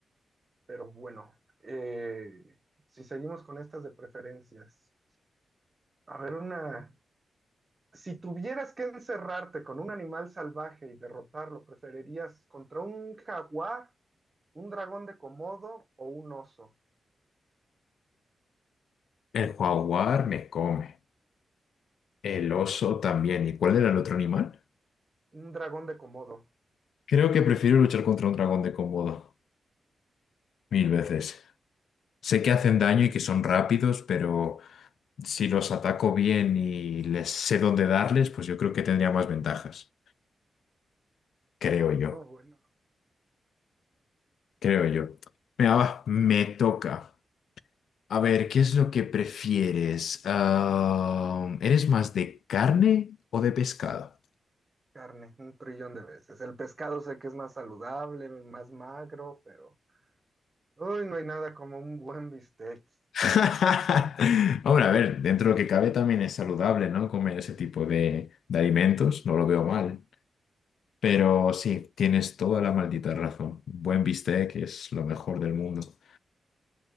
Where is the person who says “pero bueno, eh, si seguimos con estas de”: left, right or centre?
Right